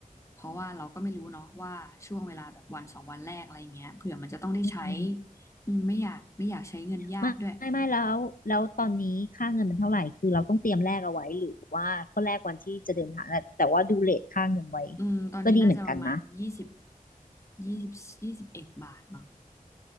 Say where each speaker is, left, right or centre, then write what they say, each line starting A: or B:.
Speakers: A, on the left; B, on the left.
A: เพราะว่าเราก็ไม่รู้เนาะว่าช่วงเวลาแบบวันสองวันแรกอะไรเงี้ยเผื่อมันจะต้องได้ใช้
B: อืม
A: อืมไม่อยากไม่อยากใช้เงินญาติด้วย
B: ไม่ไม่แล้วแล้วตอนนี้ค่าเงินมันเท่าไหร่คือเราต้องเตรียมแลกเอาไว้หรือว่าก็แลกวันที่จะเดินทางแต่แต่ว่าดูเรทค่าเงินไว้
A: อืมตอนนี้น่าจะประมาณยี่สิบ
B: ก็ดีเหมือนกันนะ
A: ยี่สิบยี่สิบเอ็ดบาทมั้ง